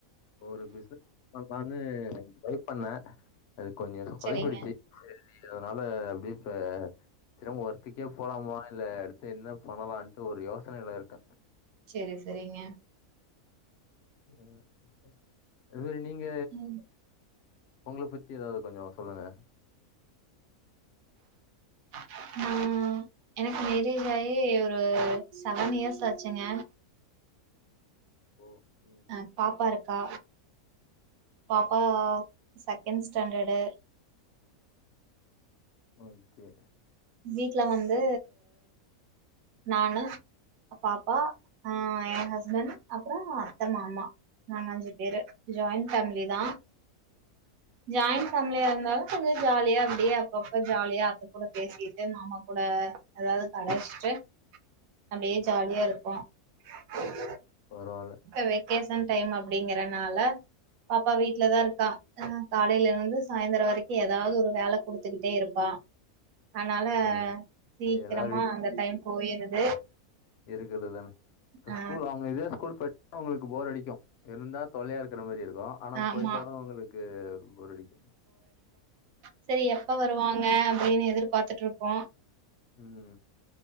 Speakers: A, on the left; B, on the right.
A: ஒரு பிசினஸ் பண்ணலானு டிரை பண்ணே அது கொஞ்சொ சொதப்பிடிச்சு
B: செரிங்க
A: செரி அதனால அப்டியே இப்ப திரும்ப ஒர்க்குக்கே போலாமா இல்ல என்ன பண்ணலாண்ட்டு ஒரு யோசனைல இருக்க
B: செரி செரிங்க
A: ம் <inaudible> அது மாரி நீங்க
B: ம்
A: ஒங்கள பத்தி எதாவ்து கொஞ்சோ சொல்லுங்க
B: ஆ அ எனக்கு மேரேஜ் ஆயி ஒரு செவன் இயர்ஸ் ஆச்சுங்க
A: ஓ ம்
B: அ பாப்பா இருக்கா பாப்பா செகண்ட் ஸ்டாண்டர்டு
A: ஓகே
B: வீட்ல வந்து நா என்ன பாப்பா ஆ எ ஹஸ்பண்ட் அப்றோ அத்த மாமா நாங்க அஞ்சு பேரு ஜாயிண்ட் ஃபேமிலி தா ஜாயின் ஃபேமிலியா இருந்தாலு கொஞ்சோ ஜாலியா அப்டியே அப்பப்ப ஜாலியா அத்த கூட பேசிட்டு மாமா கூட எதாவ்து கலாய்ச்சிட்டு அப்டியே
A: ம்.
B: ஜாலியா இருக்கு <inaudible>
A: பரவால்ல
B: இப்ப வெக்கேஷன்
A: ம்.
B: டைம் அப்டிங்கறனால பாப்பா வீட்லதா இருக்கா ஆ காலைல இருந்து சாய்ந்தரோ வரைக்கு எதாவ்து ஒரு வேல குடுத்துக்குட்டே இருப்பா அதுனால
A: அது எல்
B: சீக்கிரமா
A: அது எல்லார்
B: அந்த டைம் போயிருது
A: இருக்குது தான இது
B: ஆ
A: ஸ்கூல் அவுங்க இதே ஸ்கூல் போய்டா உங்களுக்கு போர் அடிக்கு இருந்தா தொல்லையா இருக்கிற மாரி இருக்கும் ஆனா
B: ஆமா
A: பொய்ட்டாலு உங்களுக்கு போர் அடிக்கு
B: சேரி எப்ப வருவாங்க அப்டின்னு எதிர்பாத்துட்டுருப்போ
A: ம்